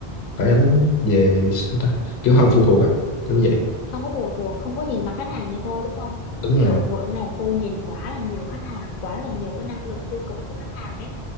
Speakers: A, on the left; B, on the left.
A: phải ảnh về sao ta kiểu không phụ thuộc á kiểu vậy
B: không có phụ thuộc không có nhìn mặt khách hàng như tôi đúng không
A: đúng rồi
B: kiểu mỗi ngày tôi nhìn quá là nhiều khách hàng quá là nhiều cái năng lượng tiêu cực của khách hàng ấy